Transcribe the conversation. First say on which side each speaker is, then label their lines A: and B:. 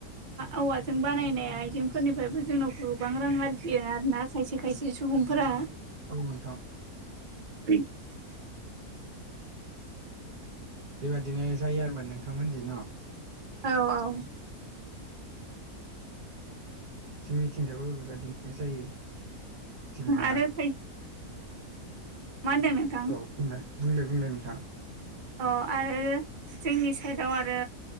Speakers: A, on the right; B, on the right.
A: औवाजों बानायनाय आइजेंफोरनिफ्रायबो जोंनाव गोबां रां आरजियो आरो ना खायसे खायसे सुबुंफोरा
B: औ नोंथां
A: <inaudible>
B: बेबदिनो जायो आरोबा नोंथांमोनथिं न'
A: औ औ
B: जोंनिथिंजायावबो बेबायदिनो जायो जेनेबा
A: आरो खाय मा होनदों नोंथां
B: औ बुंलाय बुंलाय बुंलाय नोंथाङा
A: अ आरो जोंनि साइदआव आरो